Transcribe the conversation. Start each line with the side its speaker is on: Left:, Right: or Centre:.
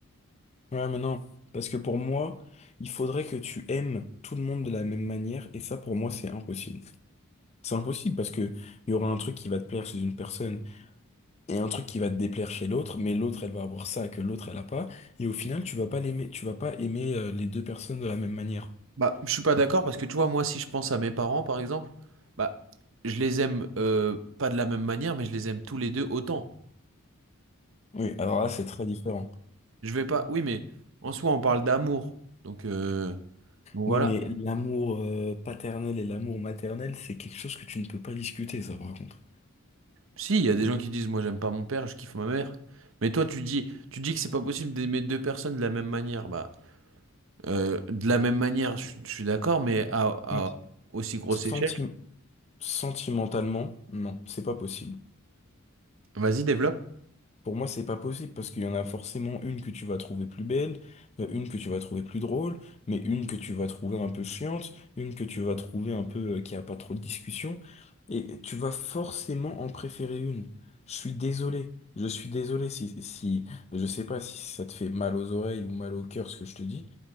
Left: Ouais, mais non, parce que pour moi, il faudrait que tu aimes tout le monde de la même manière, et ça, pour moi, c'est impossible. C'est impossible parce que il y aura un truc qui va te plaire chez une personne. et un truc qui va te déplaire chez l'autre, mais l'autre, elle va avoir ça que l'autre, elle a pas. Et au final, tu vas pas l'aimer, tu vas pas aimer euh, les deux personnes de la même manière.
Right: Bah, je suis pas d'accord parce que tu vois, moi, si je pense à mes parents, par exemple, bah, je les aime euh, pas de la même manière, mais je les aime tous les deux autant.
Left: Oui, alors là, c'est très différent.
Right: Je vais pas. Oui, mais en soi, on parle d'amour. Donc, euh, donc voilà.
Left: Oui, mais l'amour euh, paternel et l'amour maternel, c'est quelque chose que tu ne peux pas discuter, ça, par contre.
Right: Si, il y a des gens qui disent, moi, j'aime pas mon père, je kiffe ma mère. Mais toi, tu dis, tu dis que c'est pas possible d'aimer deux personnes de la même manière. Bah, euh, de la même manière, je, je suis d'accord, mais à, à
Left: Donc,
Right: aussi grosse
Left: senti-
Right: échelle.
Left: sentimentalement, non, c'est pas possible.
Right: Vas-y, développe.
Left: Pour moi, c'est pas possible parce qu'il y en a forcément une que tu vas trouver plus belle, euh, une que tu vas trouver plus drôle, mais une que tu vas trouver un peu chiante, une que tu vas trouver un peu euh, qui a pas trop de discussion, et tu vas forcément en préférer une. Je suis désolé, je suis désolé si, si, je sais pas si ça te fait mal aux oreilles ou mal au cœur ce que je te dis,